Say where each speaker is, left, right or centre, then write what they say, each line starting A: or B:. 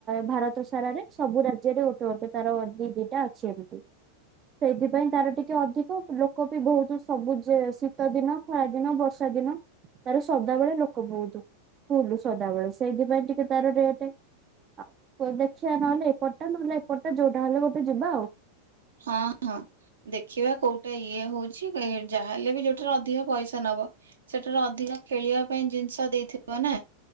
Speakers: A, on the right; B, on the right.
A: ଭାରତ ସାରାରେ ସବୁ ରାଜ୍ୟରେ ଗୋ ତୋଟ ତାର ଦି ଦିଟା ଅଛି ଏମିତି। ସେଇଥିପାଇଁ ତାର ଟିକେ ଅଧିକ ଲୋକ ବି ବହୁତ ସବୁ ଯେ ଶୀତ ଦିନ ଖରା ଦିନ ବର୍ଷ। ବର୍ଷା ଦିନ ତାର ସଦାବେଳେ ଲୋକ ବହୁତ। ଫୁଲୁ ସଦାବେଳେ ସେଇଥିପାଇଁ ଟିକେ ତାର ରେଟ୍। ଆଉ ଦେଖିବା ନହେଲେ ଏପଟା ନହେଲେ ଏପଟା ଯୋଉଟା ହେଲେ ଗୋଟେ ଯିବା ଆଉ।
B: ହଁ ହଁ ଦେଖିବା କୋଉଟା ଇଏ ହଉଛି ଯାହାହେଲେ ବି ଯୋଉଠାରେ ଅଧିକ ପଇସା ନବ ସେଠାରୁ ଅଧିକ ଖେଳିବା ପାଇଁ ଜିନିଷ ଦେଇଥିବ ନା?